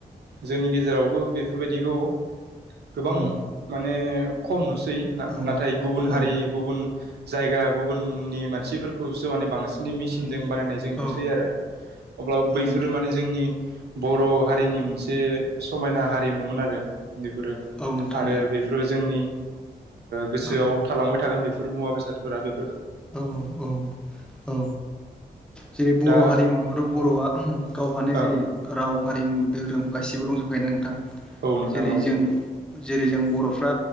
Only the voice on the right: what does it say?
जोंनि गेजेरावबो बेफोरबायदिखौ गोबां
माने खम नुसै
नाथाय गुबुन हारि
गुबुन जायगा गुबुननि मानसिफोरखौसो माने बांसिन मेसिनजों
बानायनाय जों
नुसै आरो अब्ला
बैफोरो
माने जोंनि बर' हारिनि मोनसे समायना हारिमुमोन आरो बेफोरो
आरो बेफोरो जोंनि गोसोआव
थालांबाय थागोन बेफोर मुवा बेसादफोरा बे
दा
ओं
औ नोंथां
औ